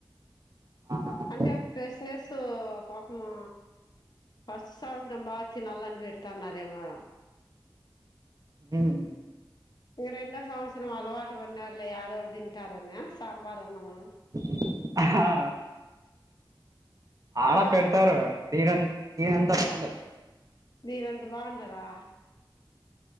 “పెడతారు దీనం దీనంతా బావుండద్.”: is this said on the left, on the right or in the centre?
Right